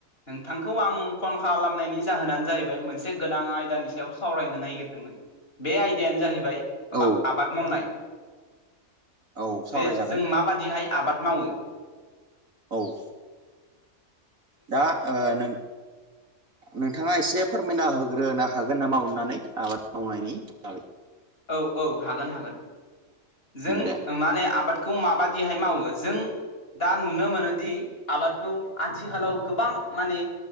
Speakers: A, on the left; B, on the right.
A: नोंथांखौ आं फन खालामनायनि जाहोनानो जाहैबाय मोनसे गोनां आयदानि सायाव सावरायनो नागिरदोंमोन। बे आयदायानो जाहैबाय।
B: औ।
A: आबाद मावनाय
B: औ सावरायजागोन
A: जे जों माबादिहाय आबाद मावो।
B: औ। दा ओ नों नोंथाङा एसे फोरमायना होग्रोनो हागोन नामा अननानै आबाद मावनायनि बागै
A: औ औ हागोन हागोन जों
B: दे
A: माने आबाद। खौ माबादिहाय मावो जों दा नुनो मोनोदि। आबादखौ आथिखालाव गोबां। माने